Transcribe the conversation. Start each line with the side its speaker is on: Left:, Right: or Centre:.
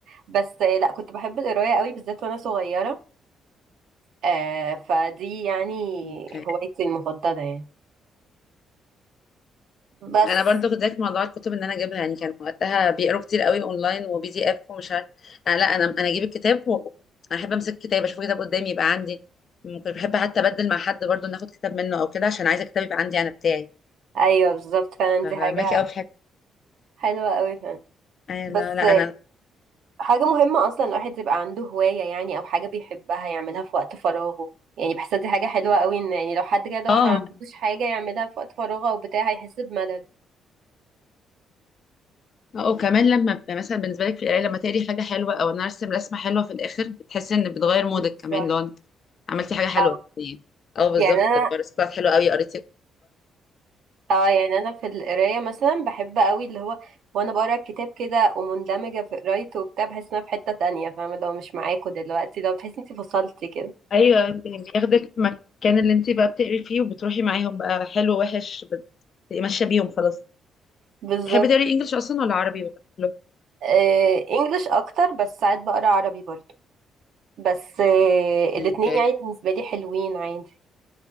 Right: بس آه، لا كنت بحب القرايه قوي بالذات وانا صغيره آه، فدي يعني
Left: اوكي
Right: هوايتي المفضله يعني بس
Left: انا برضو كنت زيك في موضوع الكتب ان انا اجيبها يعني كان وقتها بيقروا كتير قوي اونلاين وبي دي اف ومش عارف انا لا انا انا اجيب الكتاب و... انا احب امسك الكتاب اشوف كتاب قدامي يبقى عندي ممكن بحب حتى ابدل مع حد برضو ناخد كتاب منه او كده عشان عايزه كتاب يبقى عندي انا بتاعي
Right: ايوه بالظبط فعلا
Left: فماكي
Right: دي حاجه
Left: قوي في الحته
Right: حلوه قوي فعلا
Left: أي
Right: بس
Left: لا لا انا
Right: حاجة مهمة أصلا الواحد يبقى عنده هواية يعني أو حاجة بيحبها يعملها في وقت فراغه يعني بحسها دي حاجة حلوة قوي إن يعني لو حد كده
Left: اه
Right: هو ما عندوش حاجة يعملها في وقت فراغه أو بتاع هيحس بملل
Left: اه وكمان لما بيبقى مثلا بالنسبه لك في القرايه لما تقري حاجه حلوه او انا ارسم رسمه حلوه في الاخر بتحسي ان بتغير مودك
Right: بتفرح
Left: كمان لو انت عملتي حاجه حلوه
Right: أو
Left: اه بالظبط
Right: يعني أنا
Left: الرسالة بتاعت حلوه قوي قريتي
Right: اه يعني أنا في القراية مثلا بحب قوي اللي هو وأنا بقرا الكتاب كده ومندمجة في قرايته وبتاع بحس إن أنا في حتة تانية فاهمة لو مش معاكوا دلوقتي لو بتحسي إنتي فصلتي كده
Left: ايوه انت بياخدك في المكان اللي انت بقى بتقري فيه وبتروحي معاهم بقى حلو وحش بت- بتبقي ماشيه بيهم خلاص
Right: بالظبط
Left: بتحبي تقري انجلش اصلا ولا عربي ولا كله
Right: آه، انجلش أكتر بس ساعات بقرا عربي برضه بس آه، الاتنين
Left: اوكي
Right: يعني بالنسبة لي حلوين عادي